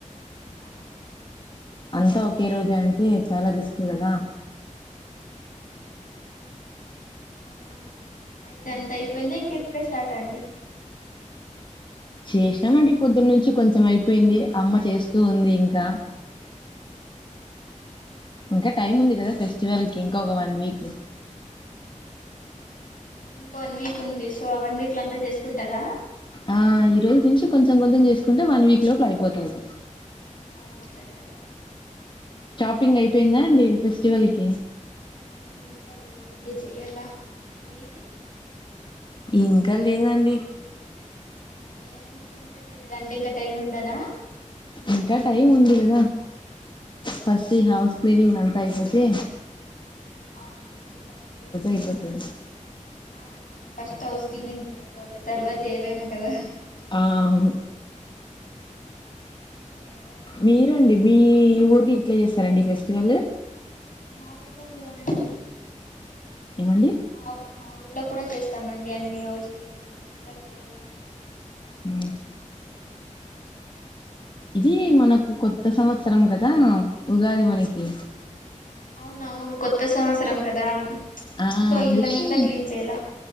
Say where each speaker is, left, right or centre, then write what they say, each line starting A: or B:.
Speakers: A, on the left; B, on the left.
A: హా
B: అంతా ఒకే రోజు అంటే చాలా రిస్క్ కదా
A: అవున అవునులేండి అయితే అంత అయిపోయిందో ఇంకా ఇప్పుడే స్టార్ట్ అండి
B: చేసినామండి పొద్దున్న నుంచి కొంచెం అయిపోయింది అమ్మ చేస్తూ ఉంది ఇంకా ఇంకా
A: అవునా
B: టైమ్ ఉంది కదా ఫెస్టివల్ కి ఇంకా ఒక వన్ వీక్
A: ఇంకా వన్ వీక్ ఉంది సో వన్ వీక్ లో అంత చేసుకుంటారా
B: ఆ ఈ రోజు నుంచి కొంచెం కొంచెం చేసుకుంటే వన్ వీక్ లోపల అయిపోతంది
A: అ ఎట్లంటారా
B: ప్పింగ్ అయిపోయిందా అండి ఫెస్టివల్ కి
A: ఇంకా లేదండి చెయ్యాల మీది
B: ఇంకా లేదండి
A: ఏ అండి ఇంకా చెయలేదు అంటే ఇంకా టైం ఉందానా
B: ఇంకా టైమ్ ఉంది కదా ఫస్ట్ హౌస్ క్లీనింగ్ అంతా అయిపోతి
A: అవునండి ఫస్ట్
B: అయిపోతది
A: అవునవును ఫస్ట్ హౌస్ క్లీనింగ్ చేసుకోవాలి తర్వాత ఏదైనా కదా
B: ఆ అవును
A: ఎంతవరకు వచ్చింది
B: మీరుండి
A: అయితే
B: మీ ఊరికి ఇట్లా చేస్తారండి ఫెస్ట్ ఇటీవళ
A: మా ఊర్లో కూడా అండి
B: ఏమండి
A: మా మా ఊర్లో కూడా చేస్తామండి అన్ని హౌ క్లీనింగ్ మొత్తం చెయ్యాలండి
B: హ ఇది మనకు కొ కొత సంవత్సరం కదా ఉగాది మనకి
A: అవున అవును కొత్త సంవత్సరం కదా
B: ఆ
A: సో
B: అందుకి
A: ఇల్లంతా క్లీన్ చేయాల